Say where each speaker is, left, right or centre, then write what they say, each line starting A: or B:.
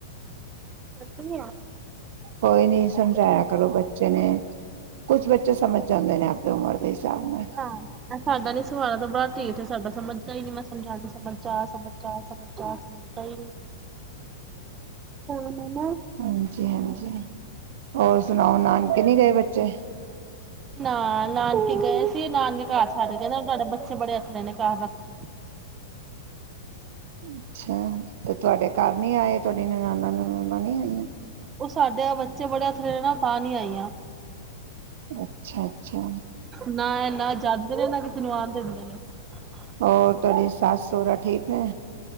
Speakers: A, on the right; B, on the right.
A: ਕੇਹੀ
B: ਕੋਈ ਨੀ ਸਮਝਾਇਆ ਕਰੋ ਬੱਚੇ ਨੇ ਕੁਛ ਬੱਚੇ ਸਮਝ
A: <inaudible>
B: ਜਾਂਦੇ ਨੇ ਆਪਣੀ ਉਮਰ ਦੇ ਹਿਸਾਬ ਨਾਲ
A: ਹਾਂ ਸਾਡਾ ਨੀ ਸੁਭਾਅ ਦਾ ਬੜਾ ਢੀਠ ਐ ਸਾਡਾ ਸਮਝਦਾ ਹੀ ਨੀ ਮੈਂ ਸਮਝਾ ਦ ਸਮਝ ਜਾ- ਸਮਝ ਜਾ- ਸਮਝ ਜਾ ਸਮਝਦਾ ਹੀ ਨਈ। ਮਾਮਾ।
B: ਹਾਂਜੀ-ਹਾਂਜੀ ਹੋਰ ਸੁਣਾਓ, ਨਾਨਕੇ ਨੀ ਗਏ ਬੱਚੇ
A: ਨਾ ਨਾਨਕੇ ਗਏ ਸੀ ਨਾਨਕੇ ਘਰ ਛਡ ਕੇ ਕਹਿੰਦੇ ਤੁਹਾਡੇ ਬੱਚੇ ਬੜੇ ਅੱਥਲੇ ਨੇ ਘਰ ਰੱਖੋ।
B: ਅੱਛਾ ਤੇ ਤੁਹਾਡੇ ਘਰ ਨੀ ਆਏ ਤੁਹਾਡੀ ਨਣਾਨਾਂ ਨਨੂੰਨਾਂ ਨੀ ਆਈਆਂ।
A: ਉਹ ਸਾਡੇ ਬੱਚੇ ਬੜੇ ਅਥਰੇ ਨੇ ਤਾਂ ਨੀ ਆਈਆਂ।
B: ਅੱਛਾ ਅੱਛਾ
A: ਨਾ ਇਹ ਨਾ ਜਾਂਦੇ ਨੇ ਨਾ ਕਿਸੇ ਨੂੰ ਆਣ ਦਿੰਦੇ ਨੇ। <unintelligible>
B: ਹੋਰ ਤੁਹਾਡੀ ਸੱਸ ਸੋਹਰਾ ਠੀਕ ਐ।